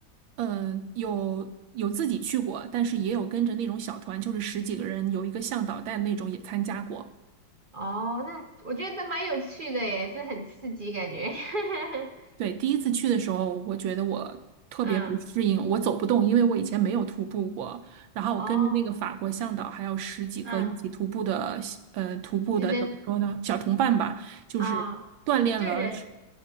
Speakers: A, on the right; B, on the right.
A: 嗯、有有自己去过，但是也有跟着那种小团，就是十几个人，有一个向导带的那种也参加过。
B: 哦，那我觉得蛮有趣的耶，这很刺激感觉。<laughs>
A: 对，第一次去的时候，我觉得我特别不适应，
B: 嗯，
A: 我走不动，因为我以前没有徒步过。然后我跟着那个法国向导，
B: 哦，
A: 还有十几个一起徒步的，
B: 嗯，
A: 呃，徒步的怎么说呢，
B: 就人
A: 小同伴吧，就是锻炼了，
B: 啊，就人。